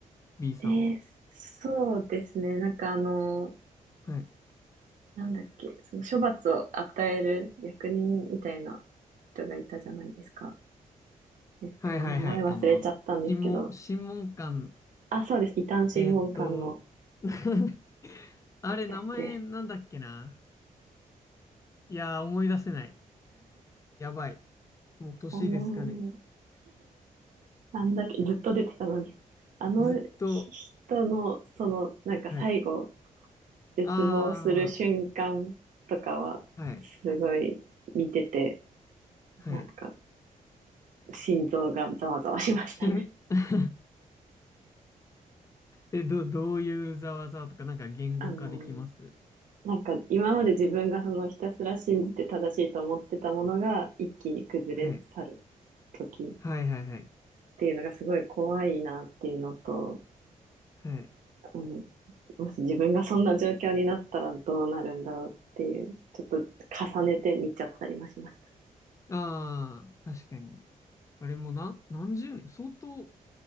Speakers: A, on the left (about 20°); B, on the right (about 65°).
A: ?B さんは。
B: えー、そうですね。なんかあの、
A: はい。
B: なんだっけ、その処罰を与える役人みたいな人がいたじゃないですか。えっと、
A: はいはいはい。
B: 名前忘れちゃったんですけど。
A: あの、審問、審問官、
B: あ、そうです。異端審問官の。
A: えーっと、<laughs> あれ、
B: でしたっけ
A: 名前なんだっけな。いやー、思い出せない。やばい。もう年ですかね。
B: あのーあんだけずっと出てたのに、あの人の、
A: ずっと、
B: その、なんか最後、
A: はい。
B: 絶望する瞬間とかは、
A: ああ、はい、
B: すごい見てて、
A: はい。
B: なんか、心臓がざわざわしましたね。
A: しん <laughs>、え、ど、どういうざわざわとか、なんか言語化できます
B: <laughs> あのーなんか今まで自分がそのひたすら信じて正しいと思ってたものが一気に崩れ去る時っ
A: はい。はいはいはい。
B: ていうのがすごい怖いなっていうのと、
A: はい。
B: あのもし自分がそんな状況になったらどうなるんだろうっていう、ちょっと重ねて見ちゃったりもしました。
A: ああ、確かに。あれもな、何十年、相当